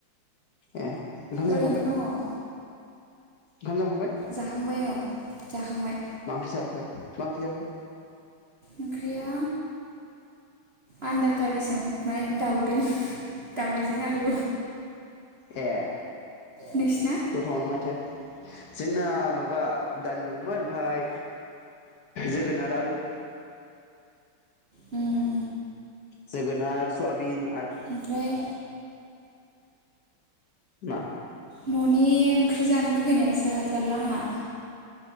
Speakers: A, on the left; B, on the right.
A: ए ओंखाम
B: ओरैनो
A: जाखांबाय?
B: दङ
A: ओंखाम जाखांबाय
B: जाखांबाय औ जाखांबाय
A: मा ओंख्रि जाखो? मा ओंख्रि जाखो?
B: ओंख्रिया आनदाखारिसोमोन माने दाउदै दाउदैजों आलु
A: ए
B: नोंसिना
A: गोथावआनो माथो जोंना माबा दालि दंमोन ओमफाय जोगोनार आलु
B: उम
A: जोगोनार सयाबिन
B: ओमफ्राय
A: ना
B: न'नि ओंख्रि जानो लुगैनायासो हा थारला आंहा